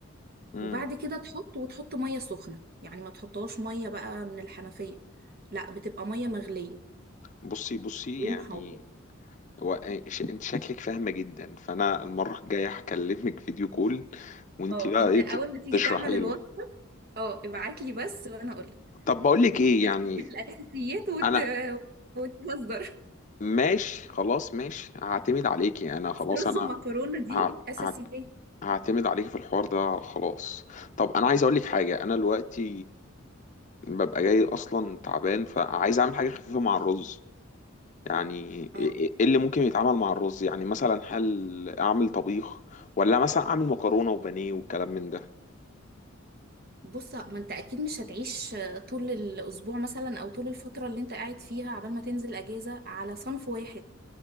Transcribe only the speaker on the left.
امم
بصي بصي
يعني
هو إيه، ش... انت شكلك فاهمه جدا فانا المره الجايه هكلمك فيديو كول وانت
بقى
ايه
ت-
تشرحي
لي
طب بقول لك ايه
يعني
انا
ماشي خلاص ماشي هعتمد عليكي انا
خلاص
انا
ه...
هعت- هعتمد عليك في الحوار ده خلاص طب انا عايز اقول لك حاجه انا دلوقتي ببقى جاي اصلا تعبان فعايز اعمل حاجه خفيفه مع الرز يعني ايه
إيه إيه اللي ممكن يتعمل مع الرز يعني مثلا هل اعمل طبيخ ولا مثلا اعمل مكرونه وبانيه والكلام من ده